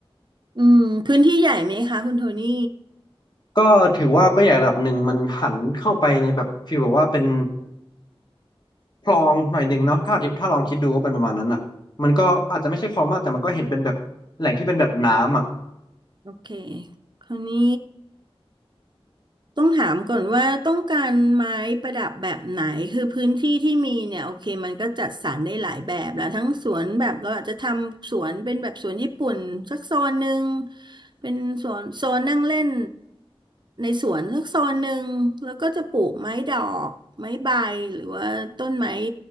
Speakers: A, on the right; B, on the left.
A: อืมพื้นที่ใหญ่ไหมคะคุณโทนี่
B: ก็ถือว่าก็ใหญ่ระดับหนึ่งมันหันเข้าไปในแบบฟีลแบบว่าเป็นคลองหน่อยหนึ่งเนาะถ้าถ้าลองคิดดูก็เป็นประมาณนั้นอ่ะมันก็อาจจะไม่ใช่คลองมากแต่มันก็เห็นเป็นแบบแหล่งที่เป็นแบบน้ำอ่ะ
A: โอเคคราวนี้ต้องถามก่อนว่าต้องการไม้ประดับแบบไหนคือพื้นที่ที่มีเนี่ยโอเคมันก็จัดสรรได้หลายแบบแล้วทั้งสวนแบบเราอาจจะทำสวนเป็นแบบสวนญี่ปุ่นสักโซนหนึ่งเป็นสวนโซนนั่งเล่นในสวนสักโซนหนึ่งแล้วก็จะปลูกไม้ดอกไม้ใบหรือว่าต้นไม้